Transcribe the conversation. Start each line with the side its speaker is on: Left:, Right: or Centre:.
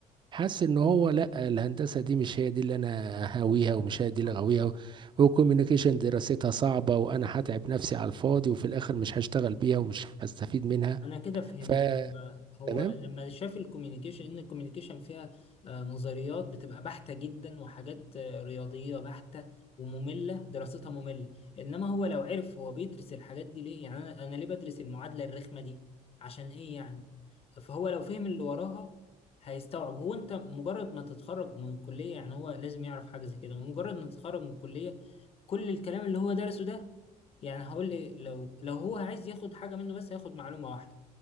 Right: حاسس ان هو لا الهندسه دي مش هي دي اللي انا هاويها ومش هي دي اللي
Left: اه
Right: غاويها والكوميونيكيشن دراستها صعبه وانا هتعب نفسي على الفاضي وفي الاخر مش هشتغل بيها ومش هستفيد منها
Left: انا كده فهمت
Right: ف
Left: هو هو
Right: تمام
Left: لما شاف الكوميونيكيشن ان الكوميونيكيشن فيها آه نظريات بتبقى بحتة جدا وحاجات آه رياضية بحتة ومملة دراستها مملة انما هو لو عرف هو بيدرس الحاجات دي ليه يعني انا انا ليه بدرس المعادلة الرخمة دي عشان ايه يعني فهو لو فهم اللي وراها هيستوعب هو انت مجرد ما تتخرج من الكلية يعني هو لازم يعرف حاجة زي كده مجرد ما تتخرج من الكلية كل الكلام اللي هو درسه ده يعني هقول لي لو لو هو عايز ياخد حاجة منه بس هياخد معلومة واحدة